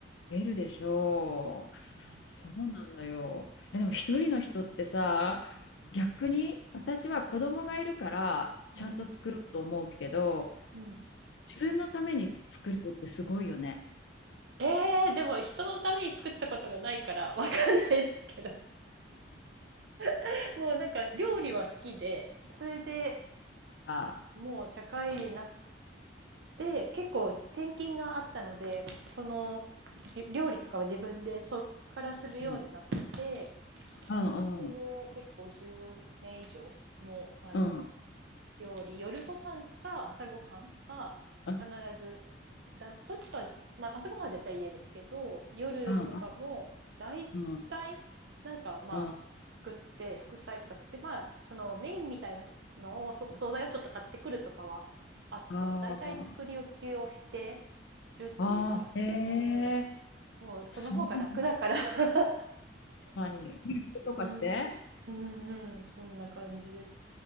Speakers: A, on the left; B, on the right.
A: 増えるでしょう。
B: うん
A: そうなのよ。え、でも一人の人ってさ、
B: うん
A: 逆に私は子供がいるからちゃんと作ろうと思うけど、
B: うん、うん。
A: 自分のために作れるってすごいよね。
B: えー、でも人のために作ったことがないからわかんないですけど。<laughs> もうなんか料理は好きで、それで
A: あ、
B: もう社会人になって結構転勤があったので、そのり料理とかは自分でそっからするようになって、
A: うん、うん、
B: それで結構10年以上もうあの
A: うん、うん、
B: 料理夜ご飯か朝ごはんは必ず
A: うん、
B: だどっちか、まあ、朝ごはんは絶対家ですけど夜とかも大体なんかまあ作って副菜とか作ってまあそのメインみたいなのをそお惣菜をちょっと買ってくるとかはあっても大体作り置きをして
A: うん、うん、うん。ああ、
B: るっていう感じで
A: ああ、ええ
B: もうその方が楽だから
A: そう、確
B: <laughs>
A: かに。とかして。
B: うんうんうんそんな感じです